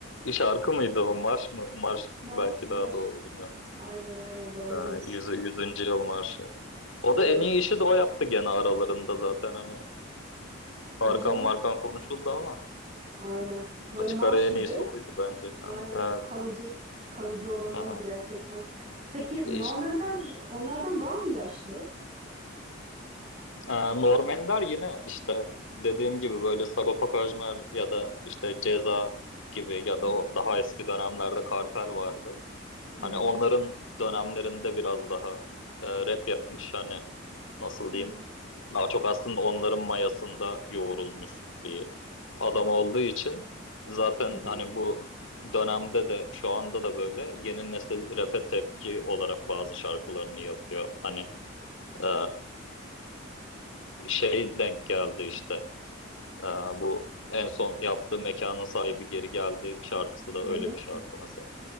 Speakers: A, on the left; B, on the right.
A: bir şarkı mıydı o? Marş mı? Marş
B: Marş,
A: belki
B: marş.
A: daha doğru bilmiyorum.
B: Aynen aynen doğru
A: Aa,
B: diyorsun.
A: Yüzü, yüzüncü yıl marşı. O
B: Evet.
A: da en iyi işi de o yaptı gene aralarında zaten hani.
B: Tabii
A: Tarkan
B: canım.
A: Markan konuşuldu ama
B: Aynen. Böyle
A: açık
B: marş
A: ara en
B: gibi.
A: iyisi oydu bence.
B: Aynen
A: Yani, evet.
B: kalıcı. Kalıcı olan oydu
A: Aha.
B: gerçekten. Peki
A: E
B: Normanlar
A: İşte,
B: onlardan daha mı yaşlı?
A: aa, Norm Ender yine işte dediğim gibi böyle Sagopa Kajmer ya da işte Ceza gibi ya
B: Hı
A: da
B: hı.
A: o daha eski dönemlerde Kartel vardı.
B: Hı
A: Hani
B: hı.
A: onların dönemlerinde biraz daha e, rap yapmış. Hani nasıl
B: Hı
A: diyeyim?
B: hı.
A: Daha çok aslında onların mayasında yoğrulmuş bir adam olduğu için zaten
B: Hı
A: hani
B: hı.
A: bu dönemde de şu anda da böyle yeni nesil rap'e tepki olarak bazı şarkılarını yapıyor. Hani e, şey denk geldi işte. E, bu en son yaptığı Mekanın Sahibi Geri Geldi şarkısı da
B: Hı
A: öyle
B: hı.
A: bir şarkı mesela.